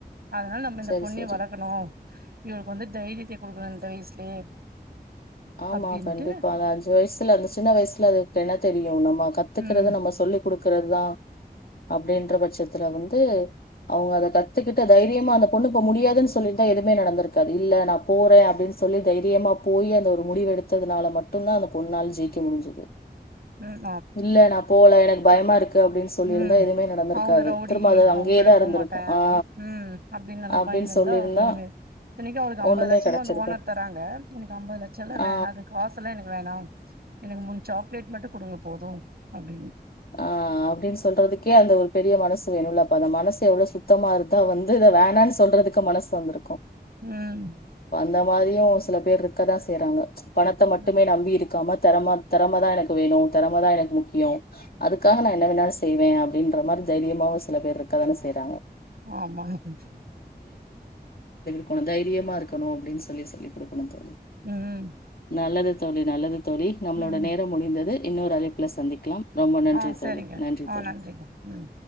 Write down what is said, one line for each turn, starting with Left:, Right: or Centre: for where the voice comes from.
Right: அதனால நம்ம இந்த
Left: செரி
Right: பொன்னையும்
Left: செரி
Right: வளர்க்கணும் இவளுக்கு வந்து தைரியத்தை கொடுக்கணும் இந்த வயசுலயே
Left: ஆமா
Right: அப்டின்ட்டு
Left: கண்டிப்பா அந்த அஞ்சு வயசுல அந்த சின்ன வயசுல அதுக்கு என்ன தெரியும் நம்ம கத்துக்கறிறது
Right: ம்
Left: நம்ம சொல்லி குடுக்கறிறது தான் அப்படின்ற பட்சத்துல வந்து அவங்க அத கத்துக்கிட்டு தைரியமா அந்த பொண்ணு போ முடியாதுன்னு சொல்லிட்டுதான் எதுவுமே நடந்திருக்காது இல்ல நான் போறேன் அப்படின்னு சொல்லி தைரியமா போய் அந்த முடிவு எடுத்ததுனால மட்டும்தான் அந்த பொண்ணால் ஜெயிக்க முடிஞ்சது.
Right: ம்
Left: இல்ல நான் போல எனக்கு பயமா இருக்கு அப்டின்னு சொல்லியிருந்தா
Right: உஹம்
Left: எதுமே நடந்திருக்காது
Right: அவங்க ரவுடி
Left: திரும்ப அது
Right: அவங்ககட
Left: அங்கேயேதா
Right: போகமாட்டேன்
Left: இருந்திருக்கு
Right: அப்படின்னு
Left: ஆ
Right: உஹம் அப்படின்னு எல்லாம்
Left: அப்டின்னு
Right: பயந்துருந்தா
Left: சொல்லியிருந்தா
Right: அவளுக்கு ஒண்ணுமே இத்தன்னைக்கு அவளுக்கு ஐம்பது
Left: ஒண்ணுமே
Right: லட்சமா
Left: கெடச்சிருக்கு
Right: வந்து ஓனர் தராங்க இன்னைக்கு ஐம்பது லட்சம் சொல்ல
Left: ஆ
Right: வேண அது காச எல்லாம் எனக்கு வேணாம் எனக்கு மூணு சாக்லேட் மட்டும் கொடுங்க போதும் அப்படின்
Left: ஆஹ் அப்படின்னு சொல்றதுக்கே அந்த ஒரு பெரிய மனசு வேணும்ல அ மனசு எவ்வளவு சுத்தமா இருதா வந்து இத வேணான் சொல்றதுக்கு மனசு வந்திருக்கும்.
Right: உஹம்.
Left: அந்த மாதிரியும் சில பேர் இருக்கதான் செய்யறாங்க பணத்தை
Right: ம்
Left: மட்டுமே நம்பி இருக்காம திறமை திறமைதான் எனக்கு வேணும் திறமைதான் எனக்கு முக்கியம் அதுக்காக நான் என்ன வேனா செய்வேன் அப்படின்ற மாரி தைரியமா சில பேர் இருக்காதானே செய்றாங்க
Right: ஆமா உம்
Left: கொ தைரியமா இருக்கணும் அப்டின்னு சொல்லி சொல்லி கொடுக்கணும் தோழி
Right: ம்
Left: நல்லது தோழி நல்லது தொழி நம்மளோட
Right: ம்
Left: நேரம் முடிந்தது இன்னொரு அழைப்புல சந்திக்கலாம் நன்றி
Right: ஆஹ் சரிங்க
Left: தோழி நன்றி
Right: ஆஹ்
Left: தோழி
Right: நன்றிங்க உம்